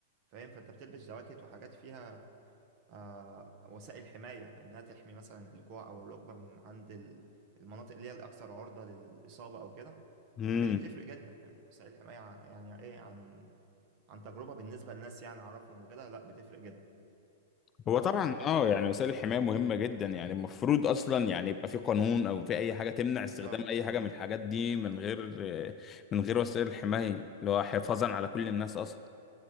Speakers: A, on the right; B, on the left.
A: فاهم فانت بتلبس جواكت وحاجات فيها آه وسائل حمايه انها تحمي مثلا الكوع او الركبه من عند ال- المناطق اللي هي الاكثر عرضه للاصابه او كده
B: مم.
A: فبالتالي بتفرق جدا يعني وسائل الحمايه عن- يعني ايه عن عن تجربه بالنسبه للناس يعني اعرفهم وكده لا بتفرق جدا
B: هو
A: آه
B: طبعا اه يعني وسائل الحماية مهمة جدا يعني المفروض اصلا يعني يبقى في قانون او في اي حاجة تمنع
A: بالظبط
B: استخدام اي
A: انا
B: حاجة من الحاجات دي من غير من غير وسائل الحماية اللي هو حفاظا على كل الناس اصلا